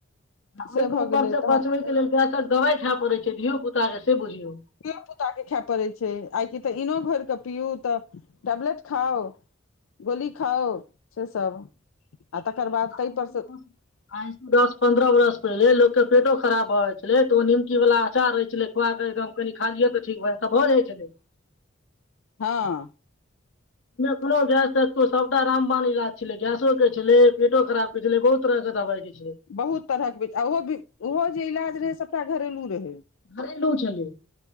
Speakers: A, on the left; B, on the left.
A: आ
B: से
A: के
B: भऽ
A: ऊपर
B: गेलै
A: से
B: तहन
A: पचबे के लेल गैसक दवाइ खाय पड़े छै धियो पुता के से बुझियौ
B: धियो पुताक के खाय पड़ैत छै आइ कि तऽ इनो घोर कऽ पीउ तऽ टेबलेट खाउ गोली खाउ से सब आ तकर बाद
A: आइ
B: ताहि पर
A: द
B: से
A: आइ त दस पन्द्रह बरस पहिले लोक पेटो खराब भऽ जाइ छलैऽ ओ निमकी वला अचार रहै छलै खुआ कऽ एकदम कनि खालियै तऽ ठीक भऽ जाइ त भऽ जाइ छलै <inaudible>
B: हँ
A: कोनो गैस तैस सबटा रामवान इलाज छलै गैसोकेै छलै पेटो खराब कै छलै बहुत तरह दबा छै
B: बहुत तरहकच ओहो ओहो जे इलाज रहे सभटा घरेलू रहे
A: घरेलु छलै